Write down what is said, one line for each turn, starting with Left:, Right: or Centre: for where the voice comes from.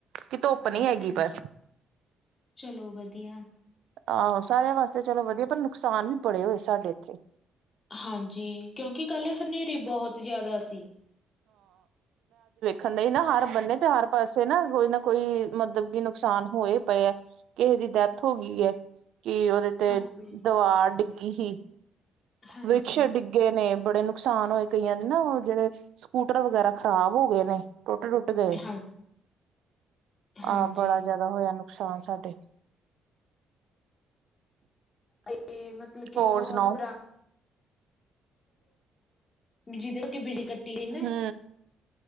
Right: ਕਿ ਧੁੱਪ ਨੀ
Left: ਅੱਛਾ
Right: ਹੈਗੀ, ਪਰ।
Left: ਚਲੋ ਵਧੀਆ
Right: ਆਹੋ ਸਾਰਿਆਂ ਵਾਸਤੇ ਚਲੋ ਵਧੀਆ, ਤੁਹਾਨੂੰ ਨੁਕਸਾਨ ਵੀ ਬੜੇ ਹੋਏ ਸਾਡੇ ਇੱਥੇ
Left: ਹਾਂਜੀ। ਕਿਉਂਕਿ ਕੱਲ ਹਨੇਰੀ ਬਹੁਤ ਜ਼ਿਆਦਾ ਸੀ।
Right: ਥੱਲੇ ਨਾ ਹਰ ਬੰਦੇ ਤੇ, ਹਰ ਪਾਸੇ ਨਾ ਕੋਈ ਨਾ ਕੋਈ, ਮਤਲਬ ਕਿ ਨੁਕਸਾਨ ਹੋਏ ਪਏ ਹੈ, ਕਿਹੇ ਦੀ ਡੈਥ ਹੋ ਗਈ ਹੈ। ਕਿ ਉਹਦੇ ਤੇ,
Left: ਹਾਂਜੀ
Right: ਦਵਾਰ ਡਿੱਗੀ ਸੀ
Left: ਹਾਂਜੀ
Right: ਵ੍ਰਿਸ਼ ਡਿੱਗੇ ਨੇ ਬੜੇ ਨੁਕਸਾਨ ਨੁਕਸਾਨ ਹੋਏ ਕਈਆਂ ਦੇ ਨਾ, ਉਹ ਜਿਹੜੇ ਸਕੂਟਰ ਵਗੈਰਾ ਖ਼ਰਾਬ ਹੋ ਗਏ ਨੇ। ਟੁੱਟ-ਟੁੱਟ ਗਏ।
Left: ਹਾਂ ਹਾਂਜੀ
Right: ਆ ਬੜਾ ਜਾਦਾ ਹੋਯਾ ਨੁਕ ਨੁਕਸਾਨ ਸਾਡੇ
Left: ਤੇ, ਮਤਲਬ ਕੇ
Right: ਹੋਰ
Left: ਬੋਹਤ
Right: ਸੁਣਾਓ
Left: ਦਰੱਖ ਜਿਹਦੇ ਕੀ ਬਿਜਲੀ ਕੱਟੀ ਗਈ ਨਾ
Right: ਹੂੰ।